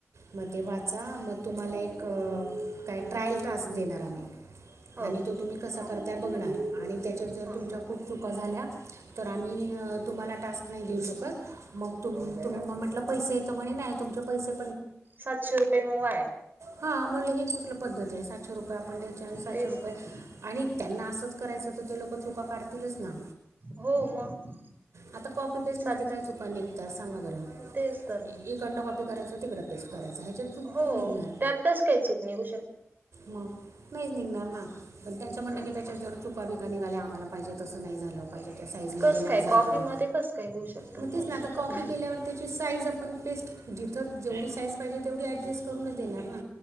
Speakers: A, on the right; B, on the right.
A: मग ते वाचा मग तुम्हाला एक क काय ट्रायल ट्रास्क देणार आम्ही
B: हो
A: आणि
B: हो
A: तो तुम्ही कसा करता बघणार? आणि त्याच्यात जर,
B: हो
A: तुमच्या खूप चुका झाल्या तर आम्ही तुम्हाला टास्क नाही देऊ शकत, मग तुम तुम म्हटलं पैसे, तर म्हणे नाही. तुमचे पैसे
B: सातशे रुपये मग वाया.
A: हा म्हणलं हे कुठलं पद्धत ये? सातशे रुपये आपण द्यायची आणि सातशे
B: तेच
A: रुपये
B: तर
A: आणि त्यांना असंच कराय च त्याच्यात ते लोक चुका काढतीलच ना?
B: हो. मग
A: आता कॉपी पेस्ट
B: सात
A: मध्ये काय चुका निघता सांगा बरं?
B: तेच तर मग
A: इकडनं कॉपी करायचं तिकडे पेस्ट. करायचं ह्याच्यात चूक
B: हो,
A: काय निघणार
B: त्यात कस काय चुक निघु
A: मग नाहीच निघणार ना? पण त्यांचं म्हणण
B: हम्म
A: की, त्याच्यात जर चुका बिका निघाल्या मला पाहिजे तसं
B: <inaudible>
A: म्हणजे त्या साईज
B: कस
A: मधे नाही
B: काय
A: झालं.
B: कॉफी मध्ये कस काय होऊ शकत
A: मग
B: नाही
A: तेच
B: होऊ
A: ना,
B: शकत
A: आता कॉपी केल्यावर त्याची साईज आपण पेस्ट जिथं जेवढी साईज पाहिजे, तेवढी ऍडजस्ट करूनच देणार ना?